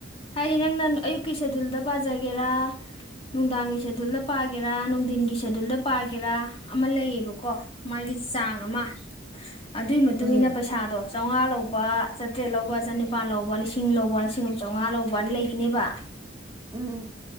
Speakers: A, on the left; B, on the right.
A: ꯍꯥꯏ ꯁꯤ ꯅꯪꯅ ꯑꯌꯨꯛꯀꯤ ꯁꯦꯗꯨꯜꯗ ꯄꯥꯖꯒꯦꯔꯥ ꯅꯨꯡꯗꯥꯡꯒꯤ ꯁꯦꯗꯨꯜꯗ ꯄꯥꯒꯦꯔꯥ ꯅꯨꯡꯗꯤꯟꯒꯤ ꯁꯦꯗꯨꯜ ꯄꯥꯒꯦꯔꯥ ꯑꯃ ꯂꯩꯌꯦꯕꯀꯣ ꯃꯥꯒꯤ ꯆꯥꯡ ꯑꯃ ꯑꯗꯨꯏ ꯃꯇꯨꯡ
B: ꯎꯝ ꯎꯝ
A: ꯃꯇꯨꯡ ꯏꯟꯅ ꯄꯩꯁꯥꯗꯣ ꯆꯧꯉꯥ ꯂꯧ ꯂꯨꯄꯦ ꯆꯥꯇ꯭ꯔꯦꯠ ꯂꯧꯕ ꯆꯅꯤꯄꯥꯜ ꯂꯧꯕ ꯂꯤꯁꯤꯡ ꯂꯧꯕ ꯂꯤꯁꯤꯡ ꯑꯝ ꯆꯧꯉꯥ ꯂꯧꯕꯅ ꯂꯩꯒꯅꯦꯕ
B: ꯎꯝ